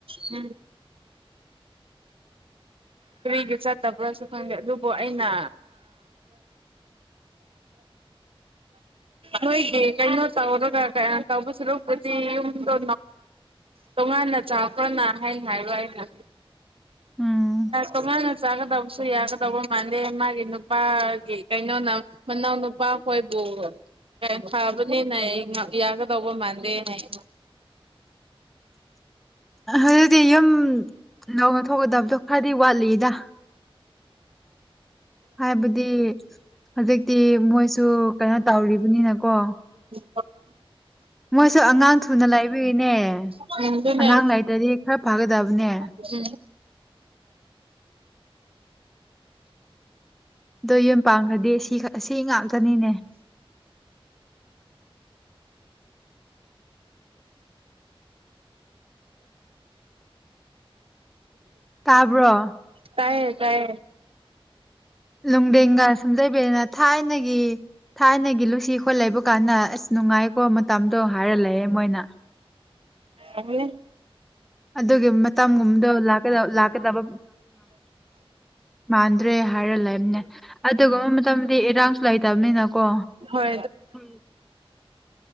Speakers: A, on the right (about 65°); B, in the centre.
A: ꯎꯝ ꯀꯔꯤꯒꯤ ꯆꯠꯇꯕ꯭ꯔꯥꯁꯨ ꯈꯪꯗꯦ ꯑꯗꯨꯕꯨ ꯑꯩꯅ ꯅꯣꯏꯒꯤ ꯀꯩꯅꯣ ꯇꯧꯔꯒ ꯇꯧꯕ ꯁꯨꯔꯨꯄꯗꯤ ꯌꯨꯝꯗꯣ ꯇꯣꯉꯥꯟꯅ ꯆꯥꯕ꯭ꯔꯅ ꯍꯥꯏ ꯍꯥꯏꯕ ꯑꯩꯅ
B: ꯎꯝ
A: ꯇꯣꯉꯥꯟꯅ ꯆꯥꯒꯗꯕꯁꯨ ꯌꯥꯒꯗꯧꯕ ꯃꯥꯟꯗꯦ ꯃꯥꯒꯤ ꯅꯨꯄꯥꯒꯤ ꯀꯩꯅꯣꯅ ꯃꯅꯥꯎ ꯅꯨꯄꯥꯈꯣꯏꯕꯨ ꯐꯕꯅꯤꯅ ꯌꯥꯒꯗꯧꯕ ꯃꯥꯟꯗꯦ ꯍꯥꯏ
B: ꯑꯗꯨꯗꯤ ꯌꯨꯝ ꯂꯧꯅ ꯊꯣꯛꯀꯗꯕꯗꯣ ꯈꯔꯗꯤ ꯋꯥꯠꯂꯤꯗ ꯍꯥꯏꯕꯗꯤ ꯍꯧꯖꯤꯛꯇꯤ ꯃꯣꯏꯁꯨ ꯀꯩꯅꯣ ꯇꯧꯔꯤꯕꯅꯤꯅꯀꯣ
A: ꯑꯣ <unintelligible>
B: ꯃꯣꯏꯁꯨ ꯑꯉꯥꯡ ꯊꯨꯅ ꯂꯥꯏꯕꯤꯔꯤꯅꯦ
A: ꯎꯝ ꯑꯗꯨꯅꯦ
B: ꯑꯉꯥꯡ ꯂꯩꯇ꯭ꯔꯗꯤ ꯈꯔ ꯐꯒꯗꯕꯅꯦ
A: ꯎꯝ
B: ꯑꯗꯣ ꯌꯨꯝ ꯄꯥꯈ꯭ꯔꯗꯤ ꯁꯤ ꯁꯤ ꯉꯥꯛꯇꯅꯤꯅꯦ ꯇꯥꯕ꯭ꯔꯣ
A: <unintelligible> ꯇꯥꯏ ꯇꯥꯏ
B: ꯂꯨꯗꯦꯒꯥ ꯁꯨꯝꯖꯩꯕꯤꯔꯅ ꯊꯥꯏꯅꯒꯤ ꯊꯥꯏꯅꯒꯤ ꯂꯨꯁꯤ ꯈꯣꯠ ꯂꯩꯕ ꯀꯥꯟꯗ ꯑꯁ ꯅꯨꯡꯉꯥꯏꯀꯣ ꯃꯇꯝꯗꯣ ꯍꯥꯏꯔ ꯂꯩꯑꯦ ꯃꯣꯏꯅ
A: ꯑꯅꯦ
B: ꯑꯗꯨꯒꯤ ꯃꯇꯝꯒꯨꯝꯕꯗꯣ ꯂꯥꯛꯀꯗꯕ ꯃꯥꯟꯗ꯭ꯔꯦ ꯍꯥꯏꯔ ꯂꯩꯕꯅꯦ ꯑꯗꯨꯒꯨꯝꯕ ꯃꯇꯝꯗꯤ ꯏꯔꯥꯡꯁꯨ ꯂꯩꯇꯕꯅꯤꯅꯀꯣ
A: ꯍꯣꯏ
B: ꯎ